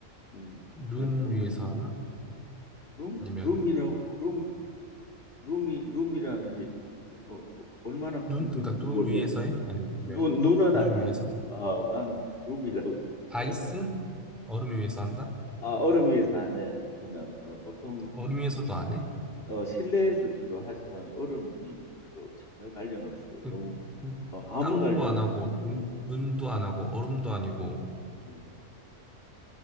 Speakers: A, on the left; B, in the centre.
A: 음,
B: 눈
A: 왜, 뭐
B: 위에서
A: 이렇게
B: 하나?
A: 룸,
B: 아니면,
A: 룸이라고, 룸, 룸이, 룸이라는 게 뭐 얼마나 큰
B: 눈, 그러니까
A: 건지
B: 눈
A: 모르겠.
B: 위에서 해? 아니면,
A: 눈, 눈은
B: 눈
A: 아니야.
B: 위에서?
A: 눈. 아, 나는 룸이라고 <laughs>
B: 아이스?
A: 내가 봐.
B: 얼음 위에서 한다?
A: 아, 얼음 위에서 안 해. 그냥 어, 보통
B: 얼음 위에서도 안 해?
A: 어, 실내에서 주로 하지만 얼음이 뭐 전혀 관련 없어.
B: 그-
A: 너무
B: 그
A: 어, 아무
B: 땅도
A: 관련
B: 안
A: 없어.
B: 하고, 눈, 눈도 안 하고, 얼음도 아니고,
A: 음,